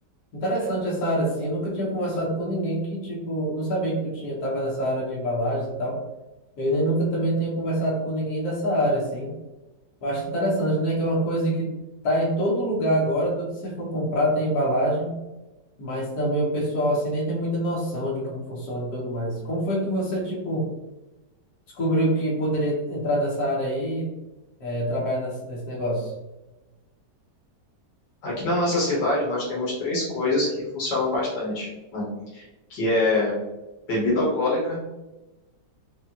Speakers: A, on the left (about 60°); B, on the left (about 80°).
A: Interessante essa área, assim. Eu nunca tinha conversado com ninguém que, tipo, não sabia que tu tinha, tava nessa área de embalagens e tal. Eu nem nunca também tinha conversado com ninguém dessa área, assim. Eu acho interessante, né? Que é uma coisa que tá em todo lugar agora, tudo que você for comprar tem embalagem, mas também o pessoal, assim, nem tem muita noção de como funciona e tudo mais. Como foi que você, tipo, descobriu que poderia entrar nessa área aí, é, trabalhar nesse, nesse negócio?
B: Aqui na nossa cidade nós temos três coisas que funcionam bastante, né, que é bebida alcoólica,